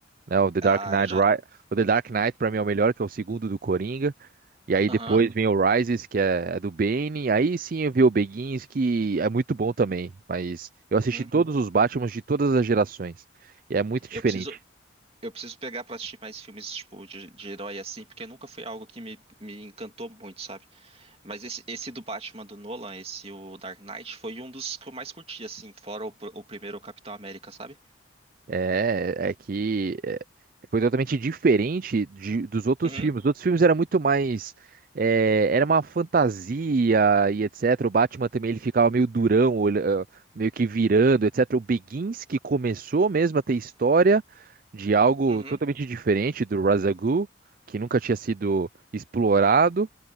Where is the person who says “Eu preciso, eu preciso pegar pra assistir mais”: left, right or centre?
Right